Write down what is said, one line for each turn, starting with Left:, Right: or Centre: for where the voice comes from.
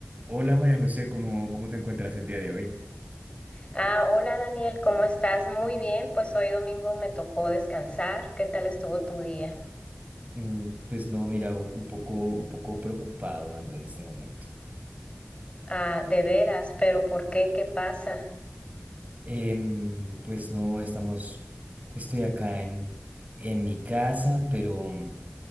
Right: Hola María José, ¿cómo, cómo te encuentras el día de hoy?
Left: Ah, hola Daniel, ¿cómo estás? Muy bien, pues hoy domingo me tocó descansar. ¿Qué tal estuvo tu día?
Right: Mm, Pues no, mira, u- un poco, un poco preocupado ando en este momento.
Left: Ah, de veras, pero ¿por qué? ¿Qué pasa?
Right: Em, pues no, estamos, estoy acá en, en mi casa, pero mm,